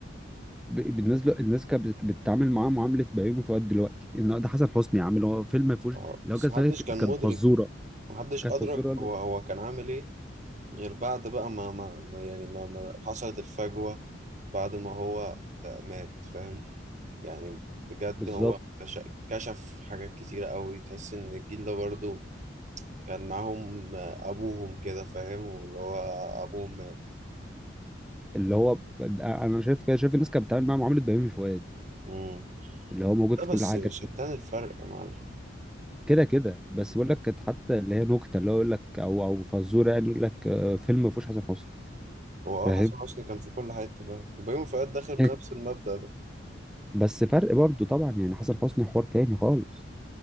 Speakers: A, in the centre; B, on the right (about 40°).
A: ب- بالنسبه له- الناس كانت بتت- بتتعامل معاه معامله بيومي فؤاد دلوقتي ان ده حسن حسني يا عم اللي هو فيلم ما فيهوش
B: اه
A: اللي
B: بس
A: هو كانت
B: محدش
A: فاكر
B: كان
A: كانت
B: مدرك
A: فزوره
B: محدش
A: كانت
B: ادرك
A: فزوره بجد.
B: هو هو كان عامل ايه غير بعد بقى ما ما ما- يعني ما, ما حصلت الفجوة بعد ما هو مات فاهم يعني بجد
A: بالظبط
B: هو كش- كشف حاجات كتيرة قوي تحس ان الجيل ده برضه كان معاهم ابوهم كده فاهم واللي هو ابوهم مات
A: اللي هو ب- انا شايف كده شايف الناس كانت بتتعامل معاه معامله بيومي فؤاد
B: مم.
A: اللي هو موجود
B: ده
A: في كل
B: بس
A: حاجه
B: شتان الفرق يا معلم
A: كده كده بس بقول لك كانت حتى اللي هي نكته اللي هو يقول لك او او فزوره يعني يقول لك آه، فيلم ما فيهوش حسن حسني
B: هو اه
A: فاهم
B: حسن حسني كان في كل حتة فاهم وبيومي فؤاد داخل بنفس
A: <laughs>
B: المبدأ ده
A: بس فرق برضو طبعا يعني حسن حسني حوار تاني خالص